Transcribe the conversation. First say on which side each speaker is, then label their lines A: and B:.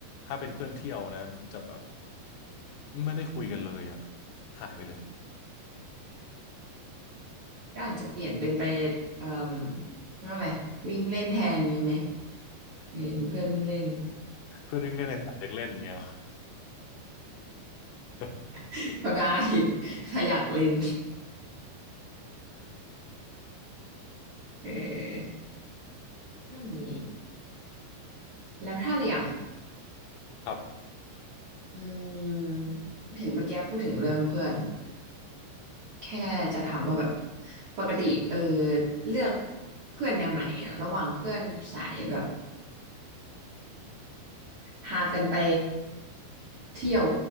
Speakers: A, on the left (about 85°); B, on the right (about 85°).
A: ถ้าเป็นเพื่อนเที่ยวนะจะแบบ ไม่ได้คุยกันเลยอ่ะหายไปเลย
B: ก็อาจจะเปลี่ยนเป็นไปเอ่อเรียกว่าอะไรวิ่งเล่นแทนนี้ไหม เออเป็นเพื่อนวิ่งเล่น
A: เพื่อนนึงเล่นในสนามเด็กเล่นอย่างเงี้ย <laughs>
B: <laughs> ก็ได้ถ้าอยากเล่นเออก็มีแล้วถ้าอย่าง
A: ครับ
B: อืมเห็นเมื่อกี้พูดถึงเรื่องเพื่อนแค่จะถามว่าแบบปกติเออเลือกเพื่อนแนวไหนอะระหว่างเพื่อนสายแบบพากันไปเที่ยว